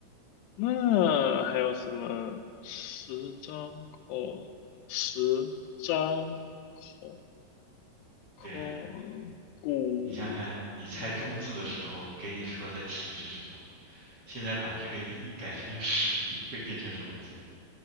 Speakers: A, on the left; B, on the right.
A: 那还有什么？十张口，十张口，口骨，
B: 对呀，你想想看，你猜中字的时候给你说的体是什么？
A: 嗯
B: 现在把这个一改成十，会变成什么字？